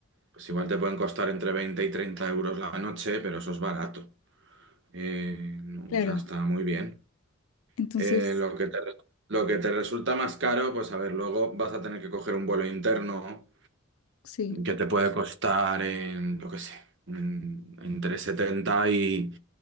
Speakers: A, on the right; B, on the left.
A: pues igual te pueden costar entre 20 y 30 euros la noche, pero eso es barato. Eh, no,
B: Claro.
A: o sea, está muy bien.
B: Entonces,
A: Eh, lo que te, lo que te resulta más caro, pues a ver, luego vas a tener que coger un vuelo interno
B: sí,
A: que te puede costar en, lo que sé, en- entre 70 y,